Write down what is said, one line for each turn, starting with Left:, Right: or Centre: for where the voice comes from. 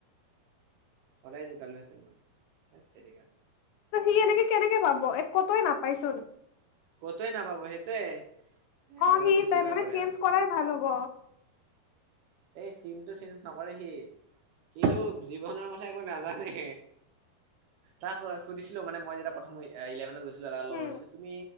Right: সদায় জুকালো হেতেন মই ধেত তেৰিকা
Left: ত সি এনেকে কেনেকে পাব এক কতয়ে নাপাইচোন
Right: কতৱে নাপাব সেইটোৱে এ
Left: অহ'
Right: নাজানো
Left: সি
Right: কিবা
Left: তাৰমানে
Right: কৰে
Left: চেঞ্জ
Right: আৰু
Left: কৰাই ভাল হ'ব।
Right: এই ষ্টিমটো চেঞ্জ নকৰে সি। কিন্তু জীৱনৰ কথা একো নাজানে। তাক সুধিছিলোঁ মানে মই যেতিয়া প্ৰথম ইলেভেনত গৈছো এটাৰ
Left: উম,
Right: লগত তুমি,